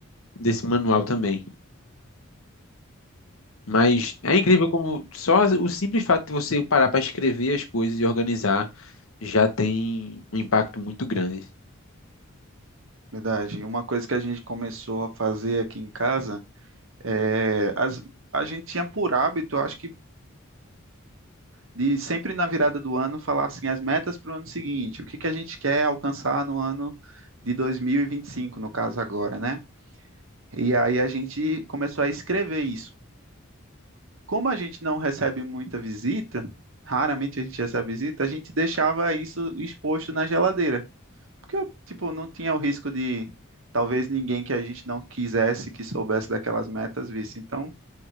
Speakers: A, on the left; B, on the right.
A: desse manual também. Mas é incrível como só o simples fato de você parar para escrever as coisas e organizar já tem um impacto muito grande.
B: Verdade. E Uma coisa que a gente começou a fazer aqui em casa é as, a gente tinha por hábito, acho que de sempre na virada do ano falar assim as metas para o ano seguinte, o que que a gente quer alcançar no ano de 2025, no caso agora, né? E aí a gente começou a escrever isso. Como a gente não recebe muita visita, raramente a gente recebe visita, a gente deixava isso exposto na geladeira, porque tipo não tinha o risco de talvez ninguém que a gente não quisesse que soubesse daquelas metas visse. Então,